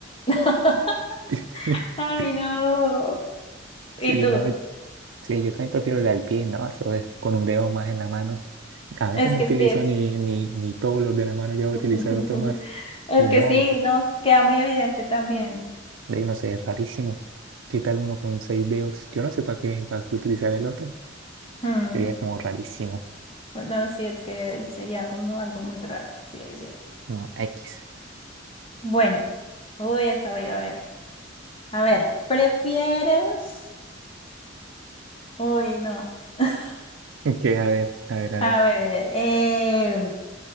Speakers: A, on the left; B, on the right.
A: <laughs>
B: <laughs>
A: Ay, no.
B: Sí,
A: ¿Y tú?
B: no, sí, yo también prefiero la del pie, ¿no? Eso es con un dedo más en la mano. A veces
A: Es
B: no
A: que
B: utilizo
A: sí, es
B: ni, ni, ni todos los de la mano, ya voy
A: <laughs>
B: a utilizar otro más.
A: Es
B: Y no,
A: que sí, no queda muy evidente también.
B: de ahí no sé, es rarísimo. ¿Qué tal uno con seis dedos? Yo no sé para qué, para qué utilizar el otro.
A: Mm,
B: Sería como rarísimo.
A: Bueno, sí, es que sería como algo muy raro. Sí, sí.
B: Como X. <laughs>
A: Bueno, uy, esta voy a ver. A ver, ¿prefieres? Uy, no. <laughs>
B: Ok, a ver, a ver, a
A: A
B: ver.
A: ver, eh,